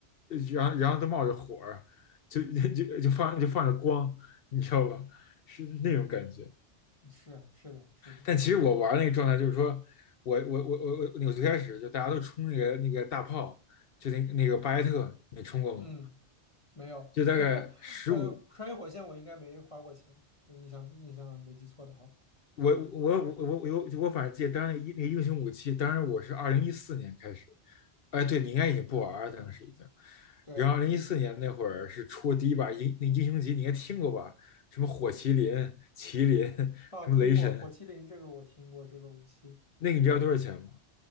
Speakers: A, on the left; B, on the left.
A: 然后然后都冒着火就就就放就放着光，你知道吧？是那种感觉。
B: 嗯，是啊是的是的，
A: 但其实我玩那个状态就是说，我我我我我，我最开始就大家都冲那个那个大炮，就那那个巴雷特，你冲过吗？
B: 嗯，没有，
A: 就大概十五
B: 呃，穿越火线我应该没花过钱，我印象印象没记错的话，
A: 我我我我我我反正记得当时那英那个英雄武器，当时我是二零一四年开始，哎，对你应该已经不玩了，当时已经。
B: 对，
A: 然后二零一四年那会儿是出第一把英那英雄级，你应该听过吧？什么火麒麟、麒麟，<laughs>
B: 哦，
A: 什么雷神，
B: 听过火麒麟这个我听过这个武器，
A: 那个你知道多少钱吗？